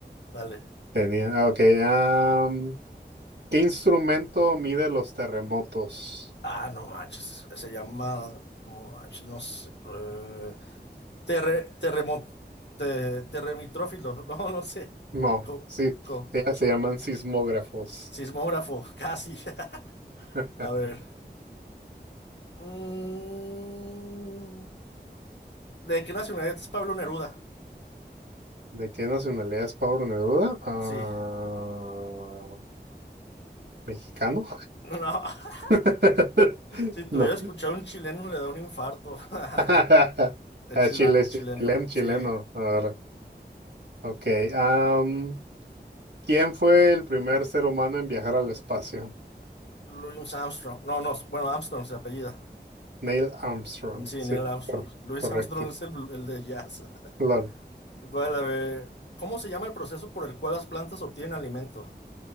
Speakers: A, on the left; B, on the right.
A: Dale.
B: tenía. Ah, ok. am, ¿qué instrumento mide los terremotos?
A: Ah, no manches. Se llama. No manches, no sé. eh, terre- terremo- te- terremitrófilo. <laughs> No, no sé.
B: No,
A: Co-
B: sí,
A: co-
B: ya se llaman sismógrafos.
A: sismógrafo, casi. <laughs>
B: <laughs>
A: A ver. Mm. ¿De qué nacionalidad es Pablo Neruda?
B: ¿De qué nacionalidad es Pablo Neruda? Ah,
A: Sí.
B: ¿Mexicano?
A: No. <laughs>
B: <laughs>
A: Si tuviera
B: No.
A: escuchado a un chileno, le da un infarto. <laughs>
B: <laughs>
A: Es
B: Ah,
A: chilan-
B: Chile, es
A: chileno,
B: chilen- chileno.
A: sí.
B: Ahora. Ok. am, ¿quién fue el primer ser humano en viajar al espacio?
A: Louis Armstrong. No, no, bueno, Armstrong se apellida.
B: Neil Armstrong.
A: Sí,
B: Sí,
A: Neil Armstrong.
B: cor-
A: Louis
B: correcto.
A: Armstrong es el, el de jazz.
B: Lol.
A: <laughs> ¿Cuál, a ver, ¿Cómo se llama el proceso por el cual las plantas obtienen alimento?